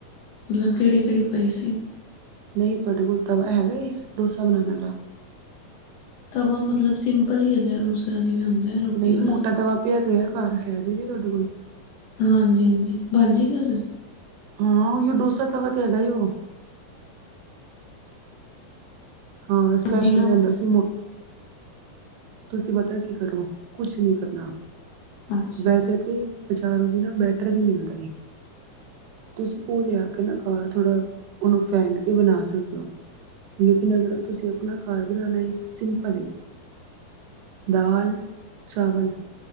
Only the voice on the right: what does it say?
ਨਹੀਂ ਤੁਹਾਡੇ ਕੋਲ, ਤਵਾ ਹੈਗਾ ਏ ਡੋਸਾ ਬਣਾਉਣ ਵਾਲਾ।
ਨਹੀਂ,
ਮੋਟਾ ਤਵਾ ਪਿਆ ਤੇ ਹੋਇਆ ਘਰ, ਹੈ ਤੇ ਵੇ, ਤੁਹਾਡੇ ਕੋਲ।
ਹਾਂ ਉਹੀਉਂ, ਡੋਸਾ ਤਵਾ ਤੇ ਹੈਗਾ, ਉਹ। ਹਾਂ ਸਪੈਸ਼ਲ
ਲਿਆਂਦਾ ਸੀ। ਤੁਸੀਂ ਪਤਾ ਕੀ ਕਰੋ ਕੁਛ ਨਹੀਂ ਕਰਨਾ।
ਵੈਸੇ ਤੇ ਬਜਾਰੋਂ ਦੀ ਨਾ ਬੈਟਰ ਵੀ ਮਿਲਦਾ ਈ। ਤੁਸੀ ਉਹ ਲਿਆ ਕੇ ਨਾ ਘਾਰ ਥੋੜਾ। ਉਹਨੂੰ ਫੈਂਟ ਕੇ ਬਣਾ ਸਕਦੇ ਹੋ ਲੇਕਿਨ ਅਗਰ ਤੁਸੀਂ। ਆਪਣਾ ਘਰ ਬਣਾਉਣਾ ਏ ਤਾਂ ਸਿੰਪਲ ਏ। ਦਾਲ, ਚਾਵਲ